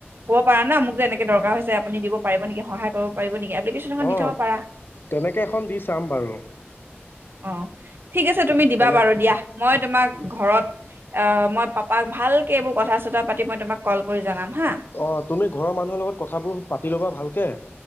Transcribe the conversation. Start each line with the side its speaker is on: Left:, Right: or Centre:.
Right: কব পাৰা না মোক যেনে দৰকাৰ হৈছে আপুনি দিব পাৰিব নেকি সহায় কৰিব পাৰিব নেকি? এপ্লিকেশ্যন এখন
Left: অ
Right: দি থ'ব পাৰা।
Left: তেনেকৈ এখন দি চাম বাৰু।
Right: অ ঠিক আছে তুমি দিবা
Left: তেনে
Right: বাৰু দিয়া মই তোমাক ঘৰত অ' মই পাপাক ভালকে এইবোৰ কথা চতা পাতি মই তোমাক কল কৰি জনাম হা
Left: অ তুমি ঘৰৰ মানুহৰ লগত কথাবোৰ পাতি ল'বা ভালকে